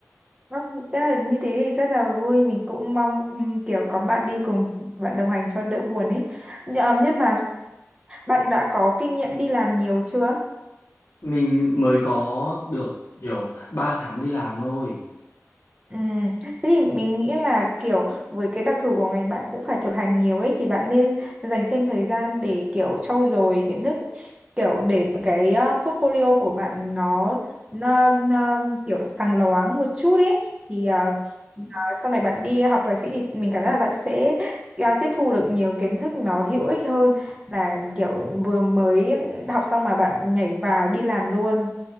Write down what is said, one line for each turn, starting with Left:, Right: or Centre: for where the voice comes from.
Right: Đó, đó là như thế thì rất là vui mình cũng mong ừm, kiểu có bạn đi cùng bạn đồng hành cho đỡ buồn ấy Nh- ờ, nhưng mà Bạn đã có kinh nghiệm đi làm nhiều chưa?
Left: Mình mới có được kiểu 3 tháng đi làm thôi.
Right: Ừ. Thế thì mình nghĩ là kiểu với cái đặc thù của ngành bạn cũng phải thực hành nhiều ấy thì bạn nên dành thêm thời gian để kiểu trau dồi kiến thức kiểu để cái ờ, portfolio của bạn nó, nó, nó kiểu sáng loáng một chút ấy thì ờ, ờ, sau này bạn đi học thạc sĩ thì mình cảm giác là bạn sẽ ờ, tiếp thu được nhiều kiến thức nó hữu ích hơn là kiểu vừa mới học xong mà bạn nhảy vào đi làm luôn.